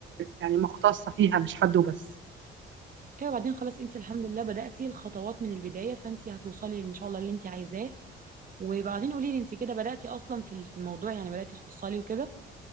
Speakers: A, on the right (about 70°); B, on the right (about 45°).
A: يعني مختصه فيها مش حد وبس
B: ايوه بعدين خلاص انت الحمد لله بدأتي الخطوات من البداية فانت هتوصلي ان شاء الله اللي انت عايزاه وبعدين قولي لي انت كده بدأتي اصلا في في الموضوع يعني بدأتي تفصلي وكده